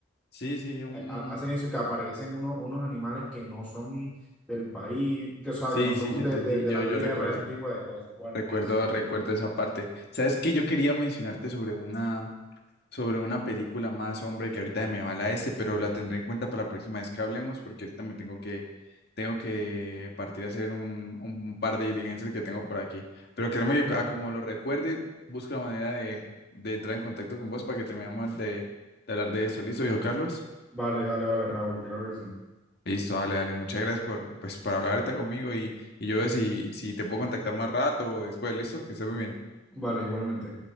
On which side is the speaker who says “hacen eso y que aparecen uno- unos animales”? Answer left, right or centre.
Centre